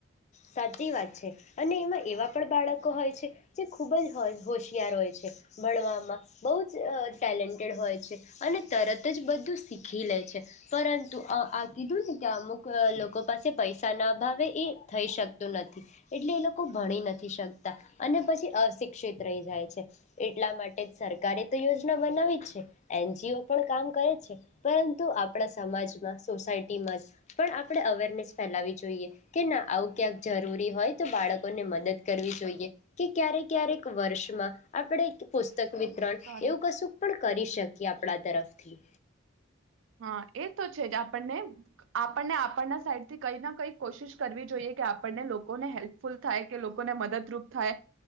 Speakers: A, on the left; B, on the right.
A: સાચી વાત છે. અને એમાં એવા પણ બાળકો હોય છે જે ખૂબ જ હોશિયાર હોય છે ભણવામાં, બહુ જ ટેલેન્ટેડ હોય છે, અને તરત જ બધું સીખી લે છે. પરંતુ આ કીધું ને કે અમુક લોકો પાસે પૈસા ના અ ભાવે એ થઈ શકતું નથી, એટલે એ લોકો ભણી નથી શકતા. અને પછી અશિક્ષિત રહી જાય છે, એટલા માટે જ સરકારે તો યોજના બનાવી જ છે, એનજીઓ પણ કામ કરે છે, પરંતુ આપણા સમાજમાં, સોસાયટીમાં જ પણ આપણે અવેરનેસ ફેલાવવી જોઈએ કે, ના આવું ક્યાંક જરૂરી હોય, તો બાળક ને મદદ કરવી જોઈએ કે ક્યારેક ક્યારેક વર્ષમાં આપણે પુસ્તક વિતરણ
B: સોરી.
A: એવું કસુક પણ કરી શકે કે આપણા તરફથી
B: હા, એ તો છે જ. આપણને, આપણને આપણના સાઈડથી કંઈ ના કઈક કોશિશ કરવી જોઈએ. કે આપણને લોકોને હેલ્પફુલ થાય કે લોકોને મદદરૂપ થાય